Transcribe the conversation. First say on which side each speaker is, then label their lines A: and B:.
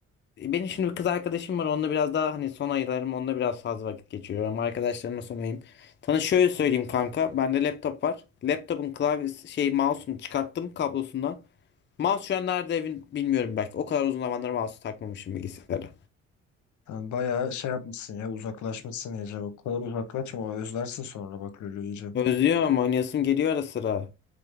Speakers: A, on the left (about 35°); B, on the left (about 70°).
A: E, Benim şimdi bir kız arkadaşım var. Onunla biraz daha hani son aylarım onunla biraz fazla vakit geçiriyorum. Arkadaşlarımla son ayım. Sana şöyle söyleyeyim kanka. Bende laptop var. Laptopun klavyesi şey mouse'unu çıkarttım kablosundan. Mouse şu an nerede evin bilmiyorum belki. O kadar uzun zamandır mouse takmamışım bilgisayara.
B: Sen bayağı şey yapmışsın ya uzaklaşmışsın iyice. O kadar uzaklaşma o özlersin sonra bak LoL'ü iyice.
A: Özlüyorum oynayasım geliyor ara sıra.